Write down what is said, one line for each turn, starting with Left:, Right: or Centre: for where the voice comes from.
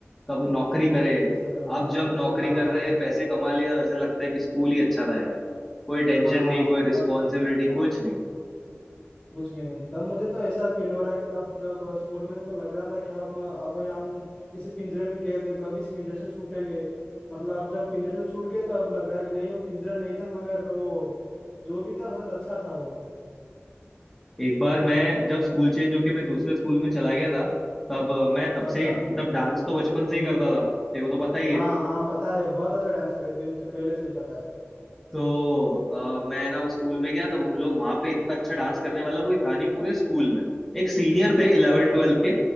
Centre: कब नौकरी करे
Left: ऐसे टाइम
Centre: अब जब नौकरी
Left: हाँ
Centre: कर रहे हैं पैसे कमा लिए तब ऐसा लगता है कि स्कूल ही अच्छा था यार कोई टेंशन
Left: हाँ
Centre: नहीं कोई रिस्पॉन्सिबिलिटी
Left: मतलब हाँ
Centre: कुछ नहीं
Left: कुछ भी नहीं तब मुझे तो ऐसा फील हो रहा है कि तब जब स्कूल में थे तो लग रहा था कि हम अब हम किसी पिंजरे में कैद हैं कब इस पिंजरे से छूटेंगे मतलब अब जब पिंजरे से छूट गए तो अब लग रहा है कि नहीं वो पिंजरा नहीं था मगर वो जो भी था बहुत अच्छा था वो
Centre: एक बार मैं जब स्कूल चेंज होके मैं दूसरे स्कूल में चला गया था तब अ, मैं तब
Left: अच्छा
Centre: से ही मतलब डांस तो बचपन से ही करता था तेरे को तो पता ही
Left: हाँ
Centre: है
Left: हाँ पता है बहुत अच्छा डांसर है तो ये मुझे पहले से ही पता है
Centre: तो अ, मैं ना उस स्कूल में गया तब उन लोग वहां पे इतना अच्छा डांस करने वाला कोई था नहीं पूरे स्कूल में एक सीनियर थे इलेवन
Left: अच्छा
Centre: ट्वेल्थ के